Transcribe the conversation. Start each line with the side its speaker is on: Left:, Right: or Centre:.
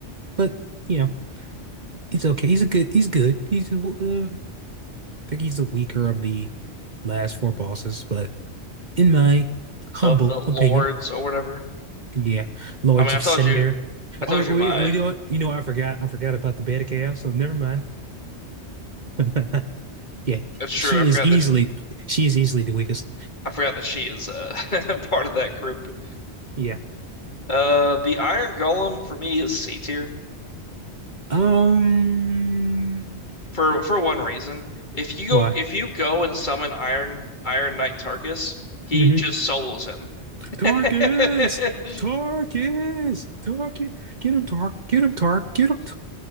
Right: but you know he's okay. He's a good. He's good. He's a, uh, I think he's the weaker of the last four bosses, but in my humble
Left: Of the lords
Right: opinion,
Left: or whatever.
Right: yeah, Lords
Left: I mean, I
Right: of
Left: told
Right: Cinder.
Left: you, I told
Right: Oh,
Left: you
Right: oh,
Left: my.
Right: you oh, you know what? You know, what? I forgot. I forgot about the Bed of Chaos. So never mind. <laughs> Yeah,
Left: That's true.
Right: she
Left: I forgot
Right: is easily
Left: that
Right: she is easily the weakest.
Left: I forgot that she is uh <laughs> part of that group.
Right: Yeah.
Left: Uh, the Iron Golem for me is C tier.
Right: Um.
Left: for for one reason. If you go
Right: Why?
Left: if you go and summon Iron Iron Knight Tarkus, he
Right: Mm-hmm.
Left: just solos him.
Right: Tarkus,
Left: <laughs>
Right: Tarkus, Tarkus. Get him, Tark. Get him, Tark. Get him. T-